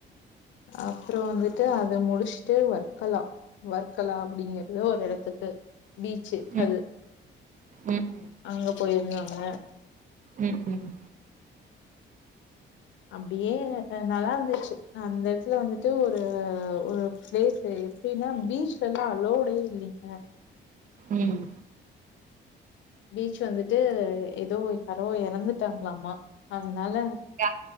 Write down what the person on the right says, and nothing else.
ம்
ம்
ம் ம்
ம்
யா